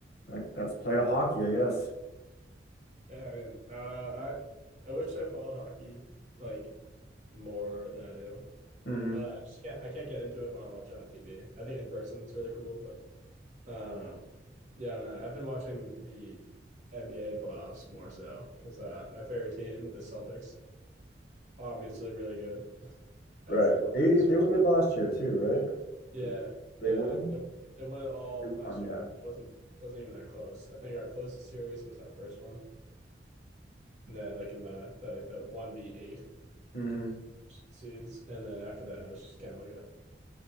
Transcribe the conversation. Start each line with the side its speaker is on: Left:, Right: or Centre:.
Left: like that's playoff hockey, I guess.
Right: Yeah. I mean, I don't know. I I wish I followed hockey like more than I do.
Left: hmm
Right: I don't know. I just can't. I can't get into it when I watch it on TV. I think in person it's really cool, but um, yeah. I don't know. I've been watching the NBA playoffs more so because uh, my favorite team, the Celtics, obviously really good as
Left: Right.
Right: they won
Left: They
Right: last
Left: they
Right: year.
Left: were good last year too, right?
Right: Yeah,
Left: They, they
Right: yeah,
Left: won.
Right: they they they won it all
Left: They
Right: last
Left: won,
Right: year,
Left: yeah.
Right: and it wasn't wasn't even that close. I think our closest series was our first one, and then like in the the like the one v eight
Left: hmm
Right: seeds, and then after that it was just kind of like a